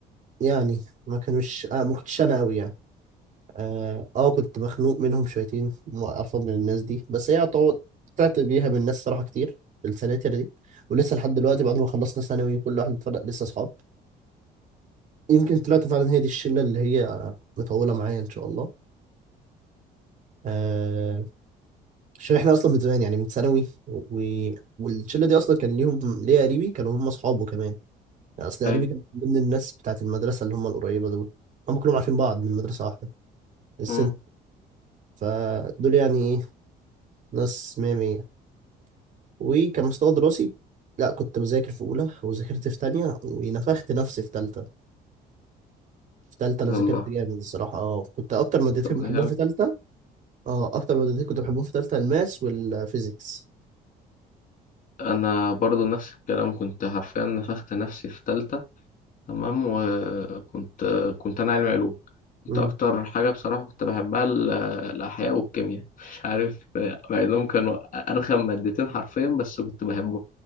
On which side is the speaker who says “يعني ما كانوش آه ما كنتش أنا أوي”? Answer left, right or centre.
Right